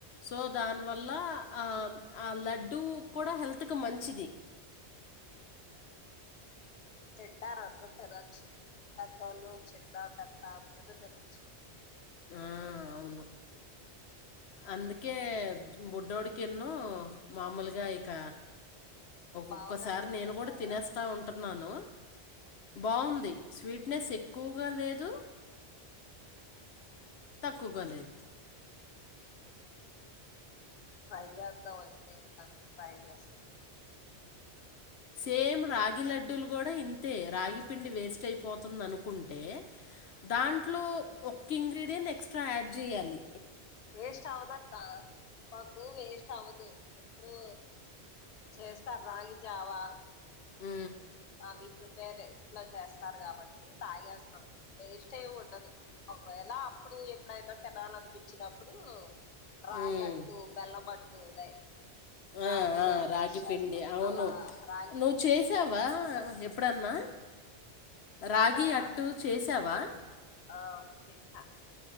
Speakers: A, on the left; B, on the left.
A: సో దానివల్ల ఆ ఆ లడ్డు కూడా హెల్త్ కి మంచిది <inaudible>
B: తిడారు అందరు తినచ్చు పెద్దోళ్ళు చిన్న పెద్ద అందని తినచ్చు
A: ఆ అవును అందుకే బొడ్డోడికిన్ను మామూలుగా ఇక
B: బావగారు
A: ఒొక్కసారి నేను
B: తిన్నారా
A: కూడా తినేస్తా ఉంటున్నాను బాగుంది స్వీట్నెస్ ఎక్కువగా లేదు తక్కువకలే
B: ట్రై చేస్తావు అయితే ఎప్పుడ ట్రై చేస్తాం
A: సేమ్ రాగి లడ్డూలు కూడా ఇ అతే రాగి పిండి వేస్ట్ అయిపోతుంది అనుకుంటే దాంట్లో ఒక ఇంగ్రీడియంట్ ఎక్స్ట్రా యాడ్ చేయ్యాలి
B: వేస్ట్ అవదక్క మకు వేస్ట్ అవదు ఎప్పుడు చేస్తారు రాగి జావా
A: ఉ
B: అ ప్రిపేర్ ఇంట్లో చేస్తారు కాబట్టి త్రా చేేస్తాము వేస్ట్ ఏమి ఉండదు ఒకవేళ అప్పుడు ఎప్పుడైనా తినాలనిపించినప్పుడు రగట్టు
A: ఉమ్,
B: బెల్లమట్టు అదే రాగిలో
A: ఆ ఆ
B: వేస్ట్
A: రాగి
B: చేస్తాం
A: పిండి అవును
B: అలా రాగి
A: నువ్వు
B: పిండి
A: చేసావా
B: అంటు
A: అప్పుడన్నా
B: తిన్నాగా
A: రాగి అట్టు చేసావా
B: ఆ చేసా